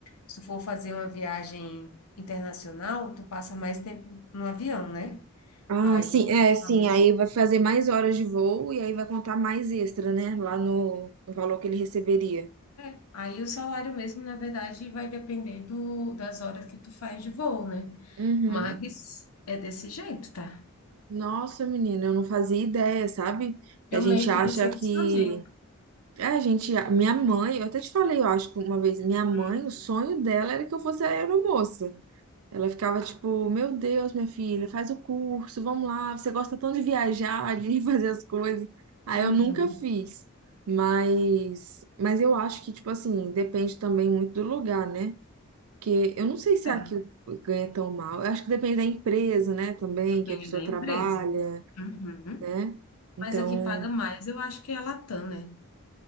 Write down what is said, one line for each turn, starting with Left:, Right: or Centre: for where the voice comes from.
Left: se tu for fazer uma viagem internacional, tu passa mais tempo no avião, né?
Right: Ah,
Left: Aí,
Right: sim, é, sim,
Left: amor,
Right: aí vai fazer mais horas de voo e aí vai contar mais extra, né? Lá no, no valor que ele receberia.
Left: é, aí o salário mesmo, na verdade, vai depender do, das horas que tu faz de voo, né?
Right: Uhum.
Left: Mas é desse jeito, tá?
Right: Nossa, menina, eu não fazia ideia, sabe? Que
Left: Eu
Right: a gente
Left: meio
Right: acha
Left: que decepcionei.
Right: que. É, a gente. a- Minha mãe, eu até te falei, eu acho que uma vez, minha mãe,
Left: Hum,
Right: o sonho dela era que eu fosse aeromoça. Ela ficava tipo, meu Deus, minha filha, faz o curso, vamos lá, você gosta tanto de viajar, de <laughs> fazer as coisas. Aí
Left: Uhum.
Right: eu nunca fiz. Mas, mas eu acho que, tipo assim, depende também muito do lugar, né? Porque eu não sei se
Left: É,
Right: aqui ganha tão mal. Eu acho que depende da empresa, né, também,
Left: depende
Right: que a pessoa
Left: da
Right: trabalha,
Left: empresa. Uhum.
Right: né? Então,
Left: Mas a que paga mais, eu acho que é a Latam, né?